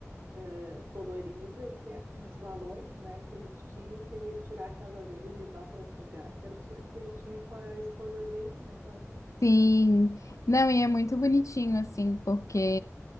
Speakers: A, on the right (about 50°); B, on the left (about 75°).
A: eh, colorida, que é com os balões, né? Que ele tinha, que ele ia tirar a casa dele e levar para outro lugar, que era o sonho que ele tinha com a esposa dele, né, Bárbara?
B: Sim, não, e é muito bonitinho, assim, porque